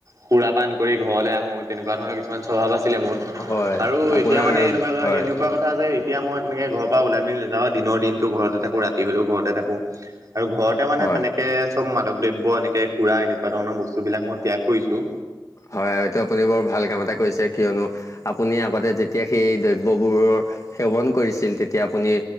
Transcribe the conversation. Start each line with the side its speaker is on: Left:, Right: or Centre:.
Right: খুৰা পান কৰি ঘৰলৈ আহো, তেনেকুৱা ধৰণৰ কিছুমান কিছুমান স্বভাৱ আছিলে মোৰ
Left: হয়
Right: আৰু
Left: আপোনাৰ
Right: এতিয়া মানে এনেকুৱা,
Left: হয়
Right: এনেকুৱা কথা কথা আছে এতিয়া মই তেনেকে ঘৰ পৰা ওলাই মেলি নাযাওঁ। দিনৰ দিনটো ঘৰত থাকো, ৰাতি হ'লেও ঘৰতে থাকো। আৰু ঘৰতে মানে
Left: হয়
Right: তেনে একে চব মাদক দ্ৰব্য এনেকে সুৰা এনেকুৱা ধৰণৰ বস্তুবিলাক মই ত্যাগ কৰিছোঁ।
Left: হয় আৰু এইটো আপুনি বৰ ভাল কাম এটা কৰিছে কিয়নো আপুনি আগতে যেতিয়া সেই দ্ৰব্যবোৰৰ সেৱন কৰিছিল, তেতিয়া আপুনি